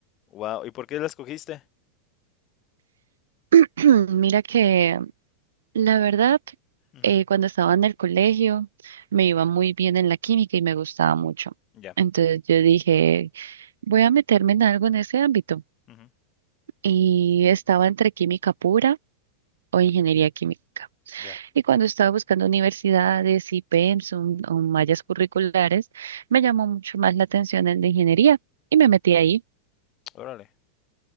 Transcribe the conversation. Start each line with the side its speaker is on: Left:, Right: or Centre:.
Left: Wow, ¿y por qué la escogiste?
Right: <clears throat> Mira que La verdad,
Left: Ujú,
Right: eh, cuando estaba en el colegio me iba muy bien en la química y me gustaba mucho.
Left: Ya,
Right: Entonces yo dije, voy a meterme en algo en ese ámbito.
Left: ujú,
Right: Y estaba entre química pura o ingeniería química.
Left: ya,
Right: Y cuando estaba buscando universidades y pensum o mallas curriculares, me llamó mucho más la atención el de ingeniería y me metí ahí.
Left: órale,